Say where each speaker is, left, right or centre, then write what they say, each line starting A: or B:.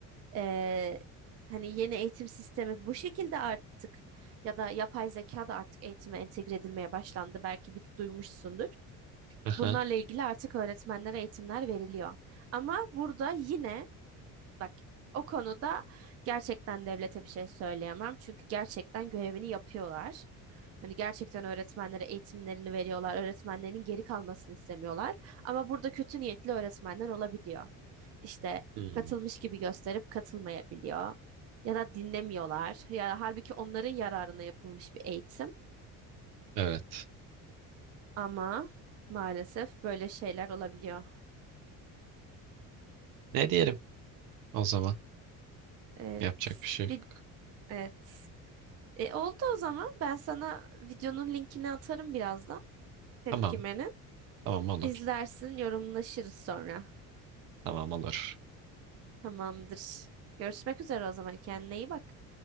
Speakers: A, on the right (about 45°); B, on the right (about 70°).
A: e, hani yeni eğitim sistemi bu şekilde artık ya da yapay zeka da artık eğitime entegre edilmeye başlandı. Belki bir duymuşsundur.
B: Hı
A: Bunlarla ilgili artık öğretmenlere eğitimler veriliyor. Ama burada yine Bak o konuda gerçekten devlete bir şey söyleyemem. Çünkü gerçekten görevini yapıyorlar. Hani gerçekten öğretmenlere eğitimlerini veriyorlar. Öğretmenlerin geri kalmasını istemiyorlar. Ama burada kötü niyetli öğretmenler olabiliyor. İşte
B: Hmm,
A: katılmış gibi gösterip katılmayabiliyor. Ya da dinlemiyorlar. Ya halbuki onların yararına yapılmış bir eğitim.
B: Evet.
A: Ama maalesef böyle şeyler olabiliyor.
B: Ne diyelim o zaman?
A: Evet.
B: Yapacak bir şey yok.
A: Bir, evet. E, oldu o zaman. Ben sana videonun linkini atarım birazdan. Tepkimenin.
B: Tamam. Tamam olur.
A: İzlersin, yorumlaşırız sonra.
B: Tamam olur.
A: Tamamdır. Görüşmek üzere o zaman. Kendine iyi bak.